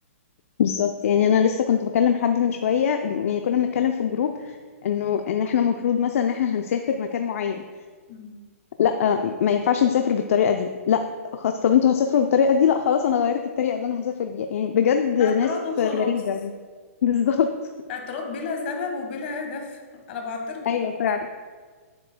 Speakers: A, on the left; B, on the left.
A: بالظبط يعني انا لسه كنت بكلم حد من شويه يعني كنا بنتكلم في الجروب انه ان احنا المفروض مثلا ان احنا هنسافر مكان معين
B: مم.
A: لا ما ينفعش نسافر بالطريقه دي لا خلاص طب انتوا هتسافروا بالطريقه دي لا خلاص انا غيرت الطريقه اللي انا هسافر بيها يعني بجد ناس
B: اعتراض وخلاص
A: غريبه يعني <laughs> بالظبط
B: اعتراض بلا سبب وبلا هدف <laughs> انا بعترض وخلاص
A: ايوه فعلا